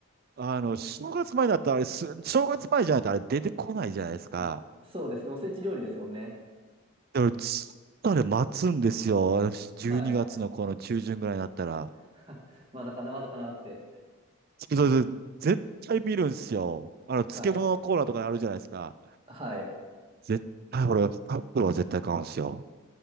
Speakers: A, on the right; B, on the right.
A: あの、正月前だったらあれす、正月前じゃないとあれ出てこないじゃないですか。
B: あ、そうですね。おせち料理ですもんね。
A: だからずっとあれ待つんですよ。私、12月のこの中旬ぐらいになったら。
B: はい。<laughs> まだかな、まだかなって。
A: そうそうそう絶対見るんですよ。あの、漬物のコーナーとかあるじゃないですか。
B: はい。はい。
A: 絶対、俺、カップルは絶対買うんですよ。